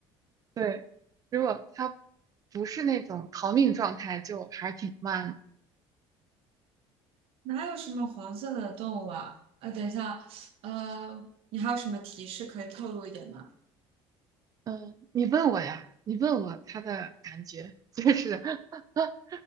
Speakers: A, on the right; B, on the right.
A: 对，如果它不是那种逃命状态，就还是挺慢的。
B: <laughs> 哪有什么黄色的动物啊？呃，等一下，呃，你还有什么提示可以透露一点吗？
A: 嗯，你问我呀，你问我他的感觉，就是 <laughs>